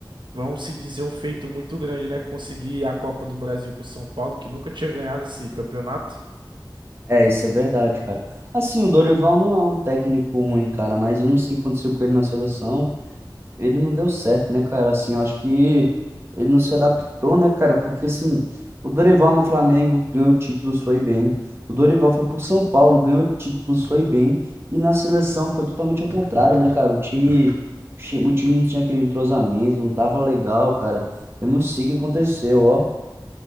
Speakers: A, on the right; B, on the right.
A: vamos se dizer, um feito muito grande, né? Conseguir a Copa do Brasil com o São Paulo, que nunca tinha ganhado esse campeonato.
B: É, isso é verdade, cara. Assim, o Dorival não é um técnico ruim, cara, mas eu não sei o que aconteceu com ele na seleção. ele não deu certo, né, cara? Assim, eu acho que ele não se adaptou, né, cara? Porque, assim, o Dorival no Flamengo ganhou títulos, foi bem. O Dorival foi pro São Paulo, ganhou títulos, foi bem. E na seleção foi totalmente ao contrário, né, cara? O time, o time não tinha aquele entrosamento, não tava legal, cara. Eu não sei o que aconteceu, ó.